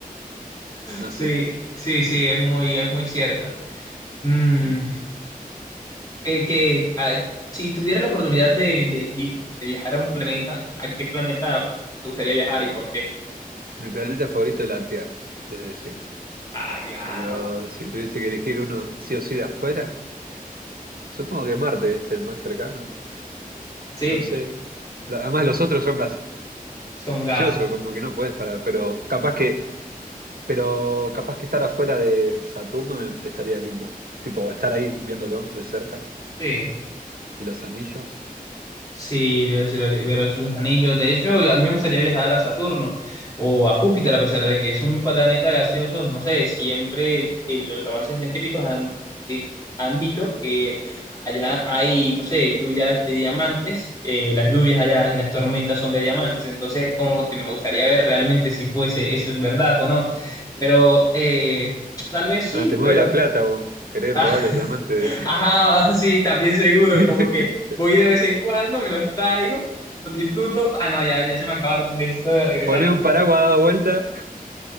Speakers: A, on the right; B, on the left.
A: No
B: Sí,
A: sé.
B: sí, sí, es muy, es muy cierto. Mm, eh, que ah, si tuviera la oportunidad de elegir, de viajar a un planeta, ¿a qué planeta te gustaría viajar y por qué?
A: Mi planeta favorito es la Tierra, desde siempre.
B: Ah, claro.
A: Pero si tuviese que elegir uno sí o sí de afuera, supongo que Marte es el más cercano.
B: Sí,
A: No sé. La- Además, los otros son
B: son gases.
A: gaseosos, como que no puedes parar. Pero capaz que Pero capaz que estar afuera de Saturno estaría lindo. Tipo, estar ahí viéndolo de cerca
B: Sí.
A: y los anillos.
B: Sí, yo sí lo sé, pero sus anillos. De hecho, a mí me gustaría viajar a Saturno o a Júpiter, a pesar de que es un planeta gaseoso. No sé, siempre eh, los avances científicos han, di- han dicho que allá hay, no sé, lluvias de diamantes. eh, las lluvias allá y las tormentas son de diamantes. Entonces, como que me gustaría ver realmente si fuese eso es verdad o no. Pero eh, tal vez sí,
A: Ah, te mueve
B: pero.
A: la plata vos. Querés
B: Ah,
A: robar los diamantes.
B: <laughs> Ajá, sí, también seguro,
A: <laughs>
B: como que voy de vez en cuando, me los traigo, los disfruto. Ah, no, ya, ya se me acabaron, necesito de regresarme.
A: Poner un paraguas dado vuelta.